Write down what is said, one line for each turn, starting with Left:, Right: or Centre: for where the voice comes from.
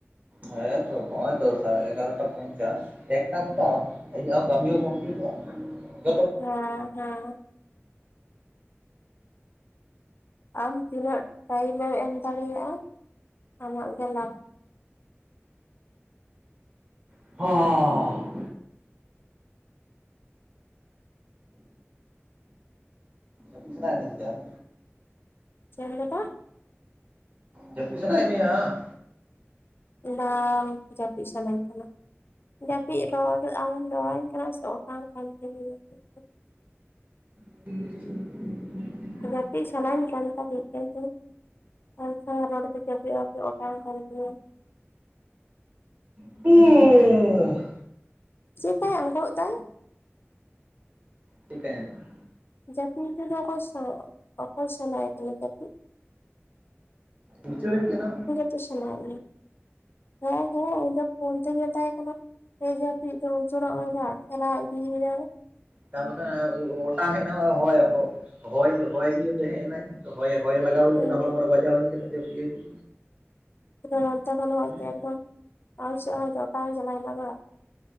Right: ᱦᱮᱸ ᱛᱚ ᱦᱚᱸᱜ-ᱚᱭ ᱛᱚ ᱥᱟ ᱮᱜᱟᱨᱳᱴᱟ ᱯᱚᱧᱪᱟᱥ ᱮᱠᱴᱟ ᱠᱚᱛᱮ ᱟᱨᱟᱢ ᱤᱧᱟᱹᱜ ᱦᱚᱸ ᱠᱟᱢᱤ ᱦᱚ ᱠᱚᱢᱯᱞᱤᱴᱚᱜ-ᱟ ᱾
Left: ᱦᱮᱸ ᱦᱮᱸ ᱾ ᱟᱢ ᱛᱤᱱᱟᱹᱜ ᱴᱟᱭᱤᱢᱮᱢ ᱮᱢ ᱫᱟᱲᱮᱭᱟᱜ-ᱟ <inaudible> ᱟᱢᱟᱜ ᱜᱮ ᱞᱟᱵᱷ ᱾
Right: ᱦᱚᱸᱻ ᱾ <unintelligible> ᱥᱟᱱᱟᱭᱮᱫ ᱢᱮᱭᱟ ᱥᱮᱪᱮᱫ ᱟᱫᱚ?
Left: ᱪᱮᱜ ᱮᱢ ᱞᱟᱹᱭ ᱫᱟ?
Right: ᱡᱟᱯᱤᱜ ᱥᱟᱱᱟᱭᱮᱫ ᱢᱮᱭᱟ?
Left: ᱵᱟᱝ ᱡᱟᱹᱯᱤᱫ ᱥᱟᱱᱟᱧ ᱠᱟᱱᱟ ᱾ ᱡᱟᱹᱯᱤᱫ ᱨᱚᱲ ᱟᱢᱮᱢ ᱨᱚᱲᱟᱹᱧ ᱠᱟᱱᱟ ᱥᱮ ᱚᱴᱟᱝ ᱠᱟᱱ ᱛᱤᱧᱟ ᱡᱟᱯᱤᱫ ᱾
Right: <unintelligible>
Left: ᱡᱟᱹᱯᱤᱫ ᱥᱟᱱᱟᱧ ᱠᱟᱱ ᱛᱟᱦᱮᱸᱫ ᱠᱟᱱ <unintelligible> ᱟᱢ ᱥᱟᱶ ᱨᱳᱲ ᱛᱮ ᱡᱟᱯᱤᱫ ᱢᱟᱯᱤᱜ ᱚᱴᱟᱝ ᱠᱟᱱ ᱛᱤᱧᱟ ᱾
Right: <unintelligible>
Left: ᱪᱮᱫᱠᱟᱭ ᱟᱝᱜᱚᱜ ᱫᱟᱭ ᱾
Right: ᱪᱮᱫ ᱠᱟᱧ ᱟᱜᱚᱜ ᱫᱟ?
Left: ᱡᱟᱹᱯᱤᱫ ᱛᱮ ᱫᱚ ᱚᱠᱚᱭ ᱥᱟᱶ ᱚᱠᱚᱭ ᱥᱟᱱᱟᱭᱮᱫ ᱠᱟᱱᱟ ᱡᱟᱯᱤᱫ?
Right: ᱩᱪᱟᱹᱲ ᱟᱹᱧ ᱠᱟᱱᱟᱢ ᱾
Left: ᱥᱟᱱᱟᱭᱮᱜ ᱢᱮᱭᱟ, ᱦᱮᱸ ᱦᱮᱸ ᱤᱧ ᱫᱚ ᱯᱷᱳᱱ ᱛᱤᱧ ᱢᱮᱛᱟᱭ ᱠᱟᱱᱟ ᱮ ᱡᱟᱹᱯᱤᱫ ᱫᱚ ᱩᱪᱟᱹᱲᱚᱜ ᱢᱮ ᱵᱟᱝ, ᱪᱟᱞᱟᱣ ᱤᱫᱤᱭᱮᱭᱟᱭ <unintelligible> ᱾
Right: ᱛᱟ ᱵᱟᱠᱷᱟᱱ ᱚᱴᱟᱝ ᱦᱮᱡ ᱮᱱᱟ <unintelligible> ᱦᱚᱭ ᱦᱚ ᱦᱚᱭ ᱦᱚᱭ ᱤᱭᱟᱹ ᱛᱮ ᱦᱮᱡ ᱮᱱᱟᱭ ᱟᱫᱚ ᱦᱚᱭᱮ ᱦᱚᱭ ᱞᱟᱜᱟᱣᱟᱹᱧ
Left: ᱦᱮᱸ
Right: ᱠᱟᱱᱟ ᱦᱚᱲᱢᱚ ᱨᱮ ᱵᱟᱡᱟᱣᱟᱹᱧ ᱠᱟᱱᱟ ᱡᱟᱹᱯᱤᱫ ᱦᱤᱡᱩᱜ
Left: ᱱᱚᱱᱛᱮ ᱠᱷᱚᱱ ᱦᱚᱭ
Right: ᱦᱩᱸ
Left: ᱛᱮ ᱮᱠᱫᱚᱢ ᱟᱢ ᱥᱮᱫ ᱦᱚᱭ ᱛᱮ ᱚᱴᱟᱝ ᱪᱟᱞᱟᱣ ᱱᱟ ᱵᱟ?